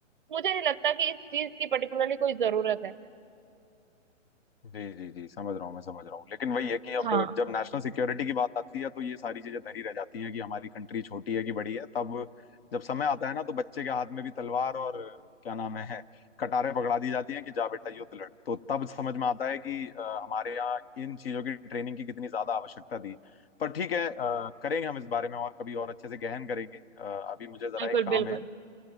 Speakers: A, on the right; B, on the left.
A: मुझे नहीं लगता कि इस चीज की पर्टिकुलरली कोई जरूरत है
B: जी जी जी समझ रहा हूँ मैं समझ रहा हूँ लेकिन वही है कि अब
A: हाँ
B: जब नेशनल सिक्योरिटी की बात आती है तो ये सारी चीजें धरी रह जाती हैं कि हमारी कंट्री छोटी है कि बड़ी है तब जब समय आता है ना तो बच्चे के हाथ में भी तलवार और क्या नाम है कटारे पकड़ा दी जाती हैं कि जा बेटा युद्ध लड़ तो तब समझ में आता है कि अ, हमारे यहाँ इन चीजों की ट्रेनिंग की कितनी ज्यादा आवश्यकता थी पर ठीक है अ, करेंगे हम इस बारे में और कभी और अच्छे से गहन करेंगे अ, अभी मुझे जरा
A: बिल्कुल
B: एक काम
A: बिल्कुल
B: है